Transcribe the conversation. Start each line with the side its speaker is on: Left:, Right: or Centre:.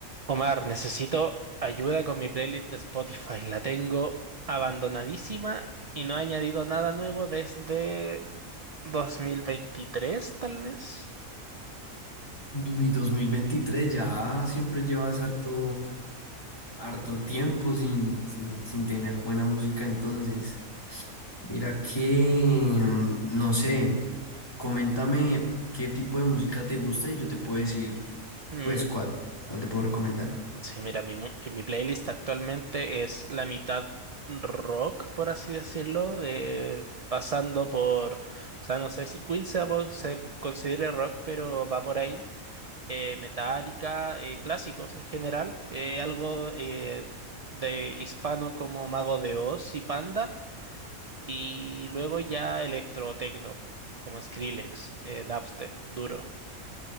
Right: Omar, necesito ayuda con mi playlist de Spotify. La tengo abandonadísima y no he añadido nada nuevo desde 2023, tal vez.
Left: Uy, 2023 ya siempre llevas harto, harto tiempo sin, sin, sin tener buena música, entonces. Mira que, mm, no sé, coméntame qué tipo de música te gusta y yo te puedo decir,
Right: Mm,
Left: pues, cuál, cuál te puedo recomendar.
Right: sí, mira, mi, mu- mi playlist actualmente es la mitad rock, por así decirlo, de, pasando por, o sea, no sé si Queen se, va por- se considere rock, pero va por ahí. eh, metálica, eh, clásicos en general, eh, algo eh, de hispano como Mago de Oz y Panda, y luego ya electrotecno, como Skrillex, eh, dubstep, duro,